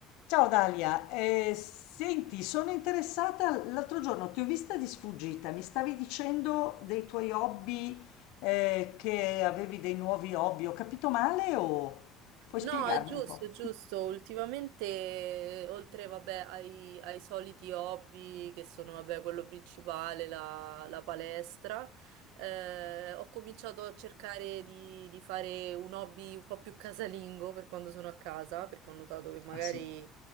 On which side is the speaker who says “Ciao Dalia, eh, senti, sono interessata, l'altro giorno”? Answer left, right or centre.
Left